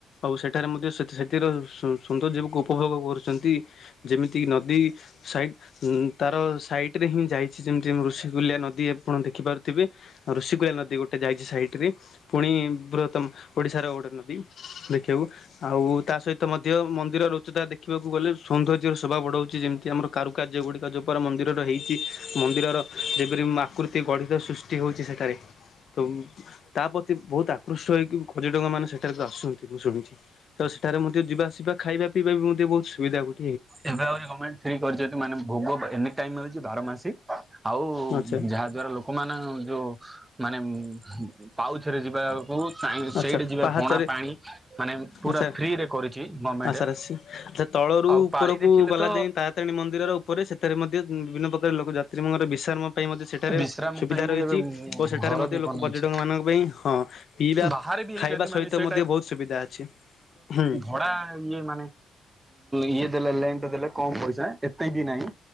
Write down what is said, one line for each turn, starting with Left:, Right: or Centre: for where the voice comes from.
Left: ଆଉ ସେଠାରେ ମଧ୍ୟ ସେଥି ସେଥିର ସୌନ୍ଦର୍ଯ୍ୟବକୁ ଉପଭୋଗ କରୁଛନ୍ତି। ଯେମିତି କି ନଦୀ। ସାଇଟ ଉଁ ତାର ସାଇଟରେ ହିଁ ଯାଇଛି ଯେମିତି ଋଷିକଲ୍ୟା ନଦୀ। ଆପଣ ଦେଖି ପାରୁଥିବେ ଉ ଋଶିକୁଲ୍ୟାନଦୀ ଗୋଟେ ଟ ଯାଇଛି ସାଇଟ ରେ ପୁଣି ବୃହତମ ଓଡିଶାର ଗୋଟେ ନଦୀ। ଦେଖିବାକୁୁ। ଆଉ ତା ସହିତ ମଧ୍ୟ ମନ୍ଦିର ଉଚତା ଦେଖିବାକୁ ଗଲେ ସୌନ୍ଦର୍ଯ୍ୟର ଶୋଭା ବଢଉଛି ଯେମିତି ଆମର କାରୁକାର୍ଯ୍ୟ ଗୁଡ଼ିକ ଯେଉଁପାର ମନ୍ଦିରର ହେଇଛି ମନ୍ଦିରର ଯେପରି ଆକୃତି ଗଢ଼ିତ ସୃଷ୍ଟି ହଉଛି ସେଠାରେ ତ ତା ପ୍ରତି ବହୁତ ଆକୃଷ୍ଟ ହେଇକି ପର୍ଯ୍ୟଟକ ମାନେ ସେଠାରେ ଆଶୁଛନ୍ତି ମୁଁ ଶୁଣିଛି, ଆ ସେଠାରେ ମଧ୍ୟ ଯିବା ଆସିବା ଖାଇବା ପିଇବା ବି ମଧ୍ୟ ବହୁତ ସୁବିଧା ହୁଏ।
Right: ଏବେ ଆହୁ ଗଭଣେଣ୍ଟ ଫ୍ରି କରିଛନ୍ତି ମାନେ ଭୋଗ ଏନି ଟାଇମ ହେଛି ବାର ମାସି। ଆଉ
Left: ଆଚ୍ଛା।
Right: ଯାହା ଦ୍ଵାରା ଲୋକମାନେ ଯୋଉ ମାନେ ପାଉଛରେ ଯିବାକୁ
Left: ଆଚ୍ଛା
Right: ସେଇଠି ଯିବେ
Left: ପାହାଚରେ
Right: ପଣା ପାଣି ମାନେ ପୁରା
Left: ଆଚ୍ଛା
Right: ଫ୍ରିରେ କରୁଚି ଗମେଣ୍ଟ।
Left: ଆଚ୍ଛା ତଳରୁ
Right: ଆଉ
Left: ଉପରକୁ
Right: ପାଳି ଦେଖିଲେ
Left: ଗଲା
Right: ତ
Left: ଯାଏଁ ତାରାତାରିଣୀ ମନ୍ଦି ର ଉପରେ ସେଠାରେ ମଧ୍ୟ ବିଭିନ୍ନ ପ୍ରକାର ଲୋକ ଯାତ୍ରୀମାଙ୍କର ବିଶ୍ରାମ ପାଇଁ ମଧ୍ୟ ସେଠାରେ
Right: ବିଶ୍ରାମ
Left: ସୁବିଧା
Right: ପାଇଁ
Left: ରହିଚି
Right: ବି ଏବେ
Left: ଓ ସେଠାରେ
Right: ଘର
Left: ମଧ୍ୟ
Right: ବି
Left: ଲୋକ
Right: ବନେଇଛି।
Left: ପର୍ଯ୍ୟଟକମାନଙ୍କ ହଁ ପିଇବା
Right: ବାହାରେ ବି ହେଇଛନ୍ତି
Left: ଖାଇବା
Right: ମାନେ
Left: ସହିତ
Right: ସେ
Left: ମଧ୍ୟ ବୋହୁତ ସୁବିଧା ଅଛି ହୁଁ।
Right: ଖରା ଇଏ ମାନେ ଇଏ ଦେଲେ <unintelligible> ଦେଲେ କମ୍ ପଇସା ଏତେ ବି ନାହିଁ।